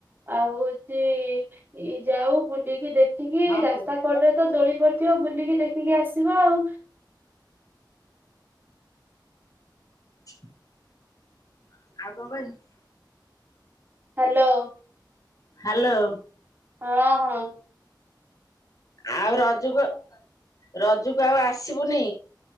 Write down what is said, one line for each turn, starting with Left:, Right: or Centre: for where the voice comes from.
Right: ଆଉ ହୋଉଚି ଇ ଯାଉ ବୁଲିକି ଦେଖିକି
Left: ଆଉ
Right: ରାସ୍ତା
Left: କଣ
Right: ପଟେ ତ ଦୋଳି ପଡିଥିବ ବୁଲିକି ଦେଖିକି ଆସିବ ଆଉ।
Left: <inaudible> ଆଉ କଂ କ <unintelligible>
Right: ହ୍ୟାଲୋ।
Left: ହ୍ୟାଲୋ।
Right: ହଁ ହଁ।
Left: ଆଉ ରଜୁକୁ ରଜୁକୁ ଆଉ ଆସିବୁନି।